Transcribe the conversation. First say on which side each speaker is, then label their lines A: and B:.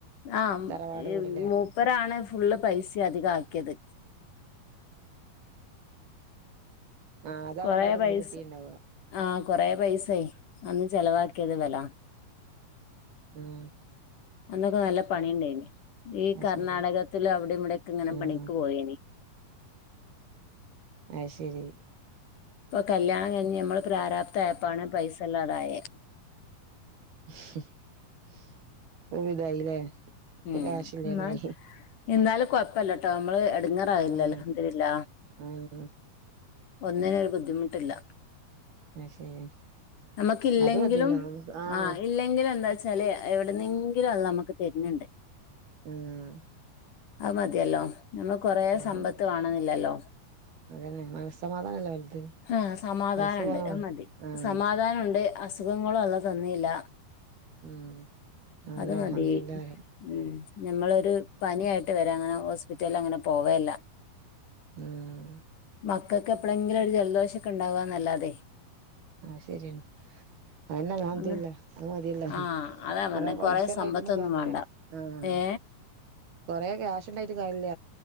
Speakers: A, on the left; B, on the right.
A: ആംമുപ്പരാണ്
B: തറവാട് വീടല്ലേ
A: ഫുള്ള് പൈസ അധികമാക്കിയത്
B: ആഹ് അതാവും
A: കൊറെ
B: വീട്
A: പൈസ
B: ഇങ്ങക്ക് കിട്ടിണ്ടാവ
A: ആഹ് കൊറേ പൈസായി അന്ന് ചെലവാക്കിയത് ഇവലാ
B: മം
A: അന്നൊക്കെ നല്ല പണി ഉണ്ടായിന് ഈ
B: അത്
A: കർണ്ണാടകത്തില്
B: ശരി
A: അവിടെ ഇവിടൊക്കെ ഇങ്ങനെ
B: ആഹ്
A: പണിക്ക് പോയേനി
B: അയ്ശരി
A: ഇപ്പൊ കല്യാണം കഴിഞ്ഞ് നമ്മള് പ്രാരാപ്ത ആയിപ്പാണ് പൈസില്ലാതായേ
B: <unintelligible> വിതായില്ലേ ഇപ്പകാശില്ലാതായി
A: ഉം എന്നാലും കൊഴപ്പല്ലട്ടോ നമ്മള് എടങ്ങേറായല്ലല്ലോ
B: ആഹ്
A: അൽഹംദുരില്ല
B: ആഹ്
A: ഒന്നിനും ഒരു ബുദ്ധിമുട്ടില്ല
B: അത് ശരി
A: നമുക്ക് ഇല്ലെങ്കിലും
B: അത് മതിയല്ലോ നമുക്ക് ആഹ്
A: ആ ഇല്ലെ ഇല്ലെങ്കിലുംഎന്താ വെച്ചാല് എവിടുന്നെങ്കിലും അള്ളാ നമുക്ക് തരുന്നുണ്ട്
B: ഉം
A: അത് മതിയല്ലോ നമ്മ കൊറേ
B: അത്
A: സമ്പത്ത്
B: മതി
A: വാണന്നില്ലല്ലോ
B: അതന്നെ മനസ്സമാധാനല്ലേ വലുത്
A: ആഹ് സമാധാനണ്ട്
B: പൈസ പോവാ
A: അത് മതി
B: ആഹ്
A: സമാധാനണ്ട് അസ് അസുഖങ്ങള് അള്ള തന്നില്ല
B: ഉം അതന്നെ
A: അത്
B: അൽഹംദുലില്ല
A: മതി
B: പറയ
A: ഉം നമ്മളൊരു പനിയായിട്ട് വരാ അങ്ങനെ ഹോസ്പിറ്റലിൽ അങ്ങനെ പോവല്ല
B: ഉം
A: മക്കക്ക് എപ്പോളെങ്കിലും ഒരു ജലദോഷ ഒക്കെ ഉണ്ടാവാന്നല്ലാതെ
B: ആഹ് ശരിയാണ് അതന്ന അൽഹംദില്ല
A: അങ്ങനെ
B: അത് മതിയല്ല
A: ആ അതാ
B: കൊറെ
A: പറഞ്ഞെ
B: പൈസ
A: കൊറേ
B: ഉണ്ടായിട്ടൊന്നും
A: സമ്പത്തൊന്നും
B: കാര്യല
A: വേണ്ട
B: ആഹ്
A: ഏ
B: കൊറെ ക്യാഷ് ഉണ്ടായിട്ട് കാര്യല